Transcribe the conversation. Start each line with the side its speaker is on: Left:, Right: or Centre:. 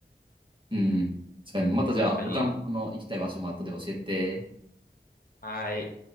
Right: うん。そうやなまたじゃあ、
Left: 確かに
Right: 他の行きたい場所も後で教えて。
Left: はい。